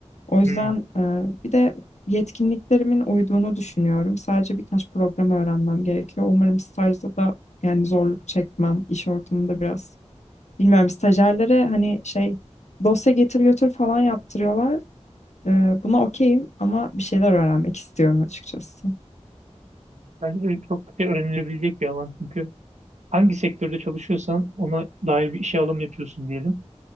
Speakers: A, on the left (about 75°); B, on the right (about 80°).
A: O yüzden
B: Hı.
A: e, bir de yetkinliklerimin uyduğunu düşünüyorum. Sadece birkaç program öğrenmem gerekiyor. Umarım stajda da yani zorluk çekmem iş ortamında biraz. Bilmiyorum stajyerlere hani şey dosya getir götür falan yaptırıyorlar. Ee, buna okeyim ama bir şeyler öğrenmek istiyorum açıkçası.
B: Bence de çok şey öğrenilebilecek bir alan çünkü hangi sektörde çalışıyorsan ona dair bir işe alım yapıyorsun diyelim.